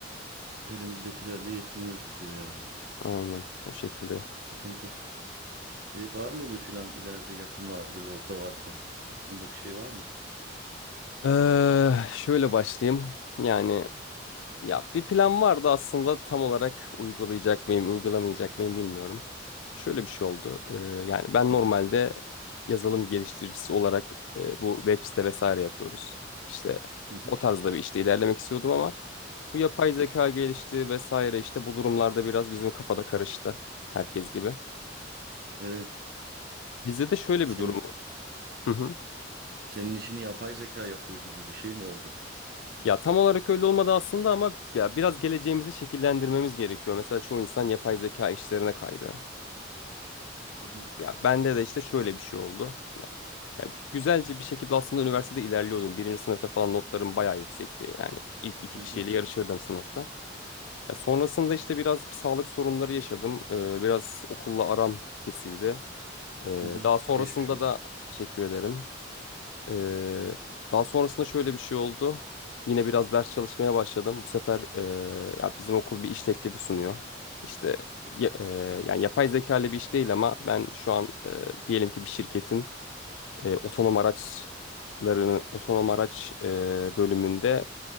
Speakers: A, on the right (about 55°); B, on the left (about 85°).
A: Elimizdekilerle yetiniyoruz diyor yani.
B: Aynen o şekilde.
A: Sıkıntı. E var mı bir plan ileride yakın vadede, orta vadede? Aklında bir şey var mı?
B: Eee, şöyle başlayayım. Yani Ya bir plan vardı aslında tam olarak uygulayacak mıyım, uygulamayacak mıyım bilmiyorum. Şöyle bir şey oldu. Ee, yani ben
A: Hı
B: normalde
A: hı,
B: yazılım geliştiricisi olarak e, bu web site vesaire yapıyoruz. İşte
A: hı hı.
B: o tarzda bir işte ilerlemek istiyordum ama bu yapay zeka gelişti vesaire işte bu durumlarda biraz bizim kafada karıştı herkes gibi.
A: Evet.
B: Bizde de şöyle
A: Sen,
B: bir durum. Hı hı.
A: senin işini yapay zeka yapıyor gibi bir şey mi oldu?
B: Ya tam olarak öyle olmadı aslında ama ya biraz geleceğimizi şekillendirmemiz gerekiyor. Mesela çoğu insan yapay zeka işlerine kaydı.
A: Hı hı,
B: Ya bende de işte şöyle bir şey oldu. Ya güzelce bir şekilde aslında üniversitede ilerliyordum. Birinci sınıfta falan notlarım bayağı yüksekti. Yani ilk iki
A: hı
B: kişiyle
A: hı,
B: yarışırdım sınıfta. Ya sonrasında işte biraz sağlık sorunları yaşadım. Ee, biraz okulla aram kesildi. Ee,
A: hı hı.
B: daha sonrasında
A: Geçmiş olsun.
B: da teşekkür ederim. Ee, daha sonrasında şöyle bir şey oldu. Yine biraz ders çalışmaya başladım. Bu sefer ee, ya bizim okul bir iş teklifi sunuyor. İşte ya- e, yani yapay zeka ile bir iş değil ama ben şu an e, diyelim ki bir şirketin e, otonom araçlarını otonom araç e, bölümünde